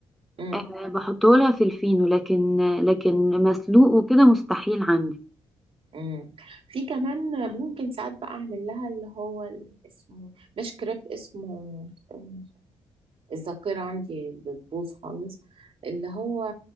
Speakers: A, on the right; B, in the centre.
A: امم
B: آه، بحطه لها في الفينو لكن لكن مسلوق وكده مستحيل عندي
A: امم في كمان ممكن ساعات بقى اعمل لها اللي هو ال- اسمه مش كريب اسمه استني، الذاكره عندي بتبوظ خالص اللي هو